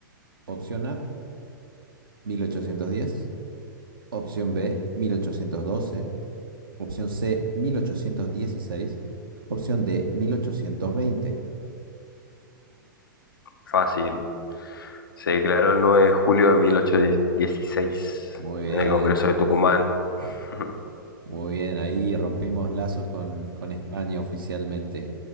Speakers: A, on the right; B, on the left.
A: Opción A, 1810. Opción B, 1812. Opción C, 1816. Opción D, 1820.
B: fácil. Se declaró el 9 de julio de 1816
A: Muy bien,
B: en el Congreso de Tucumán. <laughs>
A: muy bien. Ahí rompimos lazos con, con España oficialmente.